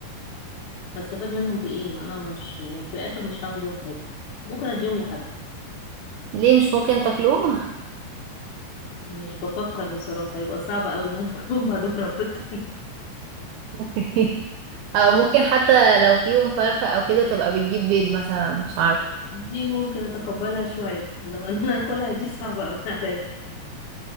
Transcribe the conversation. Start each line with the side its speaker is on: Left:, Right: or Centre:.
Left: هستفاد منهم بايه ما انا مش يعني في الاخر مش هعمل بيهم حاجه ممكن اديهم لحد
Right: ليه مش ممكن تاكلوه <laughs>
Left: مش بفكر بصراحه هيبقى صعب قوي ان انا <laughs> اكلهم بعدهم ربيتهم
Right: اوكي او ممكن حتى لو فيهم فرخة او كده تبقى بتجيب بيض مثلا مش عارفه
Left: <laughs> دي ممكن اتقبلها شويه لو ان انا اكلها دي صعبه قوي عليا